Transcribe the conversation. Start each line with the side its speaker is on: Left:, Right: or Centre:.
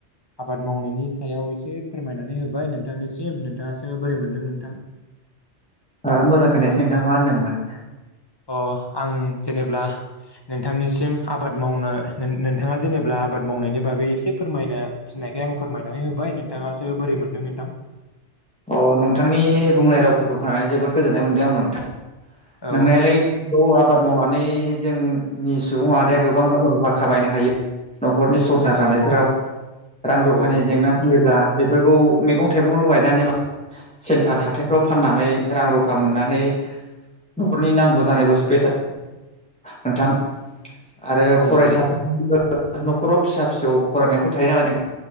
Left: आबाद मावनायनि सायाव एसे फोरमायनानै होबाय नोंथांनिसिम नोंथाङासो बोरै मोनदों नोंथां?
Centre: आ मोजां खोननायासै नोंथां मा होन्दोंमोन?
Left: अ आं जेनेब्ला नोंथांनिसिम आबाद मावनो नोंथाङा जेनेबा आबाद मावनायनि बागै एसे फोरमायना थिननायखाय आं फोरमायनानै होबाय नोंथाङासो बोरै मोनदों नोंथां?
Centre: अ नोंथांनि बुंनाय रावफोरखौ खोनानानै जोबोद गोजोननाय मोनदों आं नोंथां
Left: औ
Centre: नोंनायालाय बे आबाद मावनानै जोंनि सुबुं माहारिया
Left: औ
Centre: गोबां रां रुफा खामायनो हायो। न'खरनि संसार जानायफोराव
Left: औ औ
Centre: रां
Left: औ
Centre: रुफानि
Left: औ नंगौ
Centre: जेंना
Left: नोंथां
Centre: फैयोब्ला बेफोरखौ मैगं थाइगं गायनानै सेन्टार हाथायफ्राव फाननानै रां रुफा मोननानै न'खरनि नांगौ जानाय
Left: औ औ
Centre: <unintelligible> बेसाद नोंथां आरो
Left: औ
Centre: फरायसाफोर
Left: नंगौ नोंथां
Centre: न'खराव फिसा फिसौ फरायनायफोर थायो नालाय जों